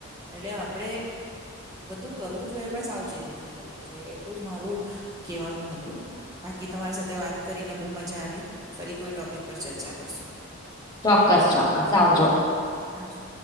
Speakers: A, on the right; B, on the left.
A: એટલે આપણે બધું કરવું જોઈએ પણ સાવચેતીથી કરવું જોઈએ એટલું જ મારું, કહેવાનું હતું, બાકી તમારી સાથે વાત કરીને બો મજા આવી ફરી કોઈ ટોપ પર ચર્ચા કરશું.
B: ચોક્કસ ચોક્કસ આવજો.
A: આવજો.